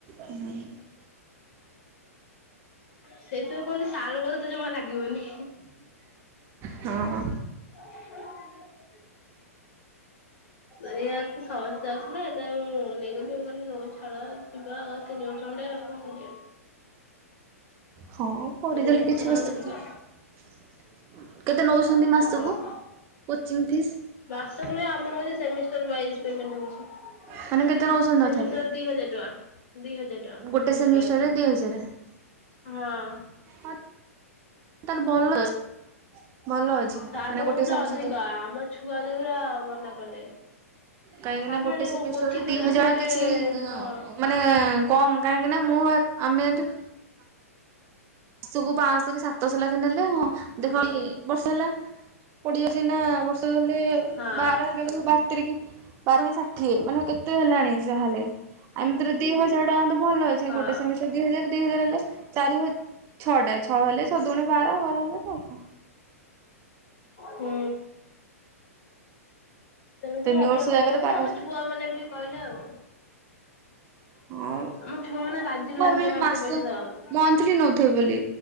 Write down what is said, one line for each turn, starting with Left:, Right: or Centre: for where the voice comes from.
Right: ଆମେ <unintelligible>
Left: ସେଇଥିପାଇଁ କୁହନ୍ତି ସାରଙ୍କ ସହିତ ଜମା ଲାଗିବନି।
Right: ହଁ
Left: <inaudible> ଏଇୟାକୁ ସମସ୍ତେ ଯାଉଥିଲେ, ଏଥିପାଇଁ ମୁଁ ନେଇଗଲି। ମୁଁ କହିଲି <unintelligible> ଯିବା ଆଉ ତିନି ବର୍ଷ ଖଣ୍ଡେ ଆଉ କଣ କରିବା।
Right: ହଁ କରିଦେଲେ
Left: ଦି ତିନି
Right: କିଛି
Left: ଥର ଖଣ୍ଡେ
Right: ଅସୁବିଧା
Left: ଯିବା
Right: ନାହିଁ। କେତେ ନଉଛନ୍ତି
Left: ଆଉ
Right: ମାସକୁ
Left: ହଁ।
Right: Coaching fees?
Left: ମାସକୁ ନୁହେଁ ଆମର ହଉଚି ସେମିଷ୍ଟାର ୱାଇଜ୍ ପେମେଣ୍ଟ ହୋଉଛି।
Right: ମାନେ କେତେ ନଉଛନ୍ତି
Left: ସେମିଷ୍ଟାର
Right: ତଥାପି?
Left: ଦି ହଜାର ଟଙ୍କା ଦି ହଜାର।
Right: ଗୋଟେ
Left: ସେମିଷ୍ଟାର
Right: ସେମିଷ୍ଟାରରେ
Left: ୱାଇଜି
Right: ଦି ହଜାର
Left: ହଁ।
Right: <unintelligible> ତତେ ଭଲ <unintelligible> ଭଲ ଅଛି
Left: ସାର୍
Right: ମାନେ
Left: ତ
Right: ଗୋଟେ
Left: କହୁଥିଲେ
Right: ସେମିଷ୍ଟାର
Left: ଅଧିକା,
Right: ଦି
Left: ଆମ ଛୁଆ ଯୋଉ ଗୁରା ମନା କଲେ।
Right: କାହିଁକି
Left: ସାର୍
Right: ନା ଗୋଟେ
Left: ଯୋଉ
Right: ସେମିଷ୍ଟାର
Left: କୋଚିଂ
Right: ରେ
Left: ଦଉଛନ୍ତି
Right: ଦି ହଜାର
Left: ଗୋଟେ
Right: କିଛି
Left: ହଁ
Right: ମାନେ କମ୍ କାହିଁକି ନା ମୁଁ ଆମେ ଜାଣିଚୁ ମାସକୁ ପାଶହ କି ସାତଶହ ଲେଖେ ନେଲେ ହଁ ଦେଖ ଇ ବର୍ଷେ ହେଲା। ପଡିଯାଉଚି ଏଇନା ବର୍ଷ ହେଲେ
Left: ହଁ
Right: ବାର ହେଲେ ହେଲା ବେଳକୁ ବାର ତିରିକି ବାରକେ ଷାଠିଏ। ମାନ କେତେ ହେଲାଣି ଯା ହେଲେ। ଆ ଏମିତିରେ ଦି ହଜାର ଟଙ୍କା ତ ଭଲ ଅଛି।
Left: ହଁ
Right: ଗୋଟେ ସେମିଷ୍ଟାର ଦି ହଜାର, ଦି ହଜାର ହେଲେ ଚାରି ହଜ୍ ଛଅଟା ଛଅ ହେଲେ ଛ ଦୁଣେ ବାର ବାର ହଜାର ଆଉ କଣ।
Left: ହୁଁ। ସେମିତିରେ
Right: ତିନି
Left: ଅଧିକା
Right: ବର୍ଷ
Left: ପଇସା
Right: ଜାଗାରେ
Left: ନଥିଲା
Right: ବାର
Left: ଆମ
Right: ହଜାର।
Left: ଛୁଆ ମାନେ ବି କହିଲେ ଆଉ।
Right: ହଁ
Left: ଆମ ଛୁଆମାନେ ରାଜି
Right: ମୁଁ
Left: ନୁହନ୍ତି
Right: ଭାବିଲି
Left: ଯମା
Right: ମାସ
Left: ଏତେ ପଇସା ଦେବାକୁ।
Right: ମନ୍ଥଲି ନଉଥିବେ ବୋଲି।